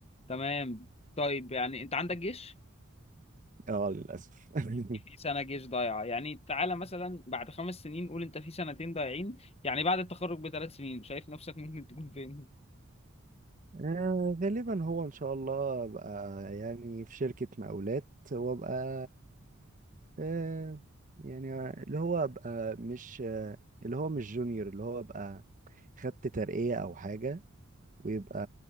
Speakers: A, on the left; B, on the right.
A: تمام طيب يعني انت عندك جيش
B: اه للاسف <laughs>
A: في سنه جيش ضايعه يعني تعالى مثلا بعد خمس سنين قول انت في سنتين ضايعين يعني بعد التخرج بثلاث سنين شايف نفسك ممكن تكون فين
B: آه، غالبا هو ان شاء الله ابقى يعني في شركة مقاولات وابقى آه، يعني اللي هو ابقى مش آه، اللي هو مش جونيور اللي هو ابقى خدت ترقية او حاجة ويبقى